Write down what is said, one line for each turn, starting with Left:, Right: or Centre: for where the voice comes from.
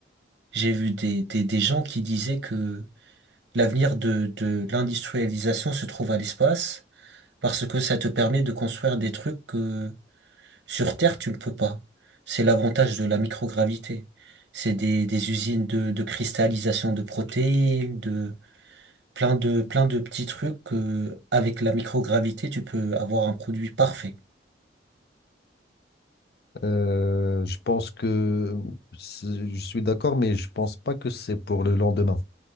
Right: j'ai vu des, des des gens qui disaient que L'avenir de, de l'industrialisation se trouve à l'espace parce que ça te permet de construire des trucs que sur Terre tu ne peux pas. C'est l'avantage de la microgravité. C'est des, des usines de, de cristallisation de protéines, de plein de plein de petits trucs que avec la microgravité tu peux avoir un produit parfait.
Left: Euh, je pense que c'est- je suis d'accord, mais je pense pas que c'est pour le lendemain.